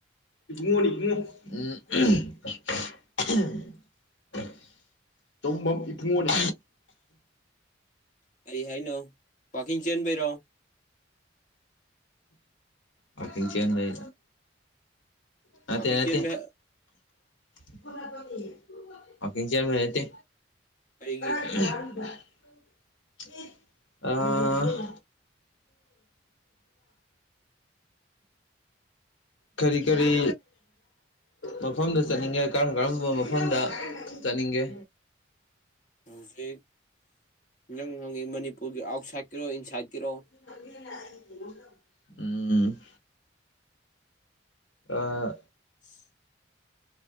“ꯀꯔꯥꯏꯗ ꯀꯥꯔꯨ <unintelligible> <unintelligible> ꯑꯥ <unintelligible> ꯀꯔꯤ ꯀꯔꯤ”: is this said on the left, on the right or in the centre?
Left